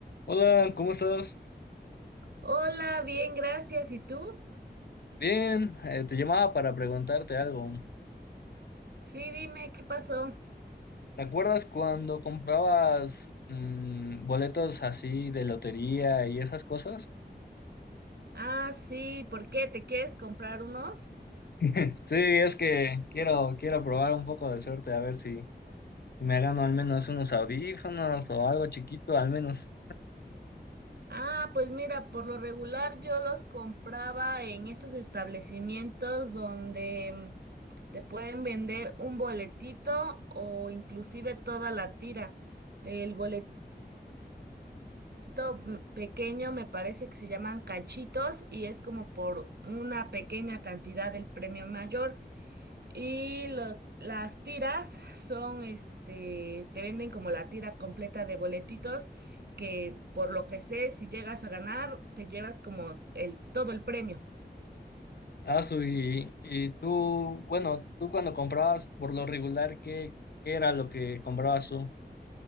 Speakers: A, on the left; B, on the right.
A: Hola, ¿cómo estás?
B: Hola, bien, gracias. ¿Y tú?
A: Bien, eh, te llamaba para preguntarte algo.
B: Sí, dime, ¿qué pasó?
A: ¿Te acuerdas cuando comprabas mm, boletos así de lotería y esas cosas?
B: Ah, sí, ¿por qué? ¿Te quieres comprar unos?
A: <laughs> Sí, es que quiero, quiero probar un poco de suerte a ver si me gano al menos unos audífonos o algo chiquito, al menos.
B: Ah, pues mira, por lo regular yo los compraba en esos establecimientos donde mm, te pueden vender un boletito o inclusive toda la tira. El boletito mm, pequeño me parece que se llaman cachitos y es como por una pequeña cantidad del premio mayor. Y lo- las tiras son, este, te venden como la tira completa de boletitos, que por lo que sé, si llegas a ganar, te llevas como el, todo el premio.
A: Ah, su, y, y tú, bueno, tú cuando comprabas por lo regular, ¿qué, qué era lo que comprabas tú?